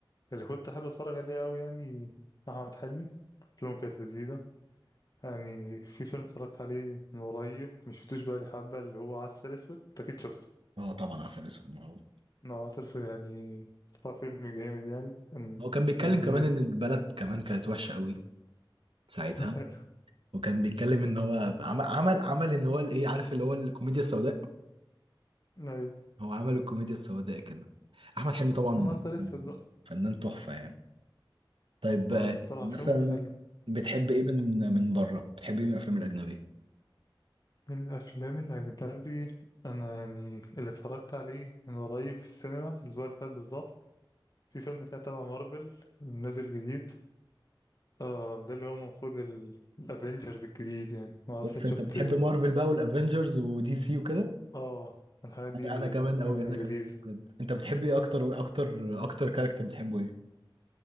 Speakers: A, on the left (about 45°); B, on the right (about 80°).
A: اللي كنت أحب أتفرج عليه أوي يعني أحمد حلمي أفلامه كانت لذيذة يعني في فيلم اتفرجت عليه من قريب مشفتوش بقى لي حبة اللي هو عسل أسود أنت أكيد شفته
B: اه طبعا عسل اسود معروف
A: هو عسل أسود يعني صراحة فيلم جامد يعني كان
B: هو كان بيتكلم
A: جميل
B: كمان ان البلد كمان كانت وحشه قوي ساعتها
A: <laughs>
B: وكان بيتكلم ان هو عم- عمل عمل ان هو الايه عارف اللي هو الكوميديا السوداء
A: أيوة
B: هو عمل الكوميديا السوداء كده احمد حلمي طبعا
A: هو عسل أسود بقى
B: فنان تحفة يعني طيب
A: هو
B: آه،
A: صراحة
B: مثلا
A: أفلامه حلو
B: بتحب ايه من من بره بتحب ايه من الافلام الاجنبيه
A: من الأفلام الأجنبي أنا يعني اللي اتفرجت عليه من قريب في السينما الأسبوع اللي فات بالظبط في فيلم كده تبع مارفل نازل جديد آه ده اللي هو المفروض ال- الأفينجرز الجديد يعني معرفش
B: اوف
A: أنت
B: انت
A: شفت
B: بتحب مارفل بقى والافنجرز ودي سي وكده
A: آه الحاجات دي
B: انا أنا كمان قوي
A: يعني
B: انا
A: لذيذة
B: كمان أوي بجد انت بتحب ايه اكتر واكتر اكتر كاركتر بتحبه ايه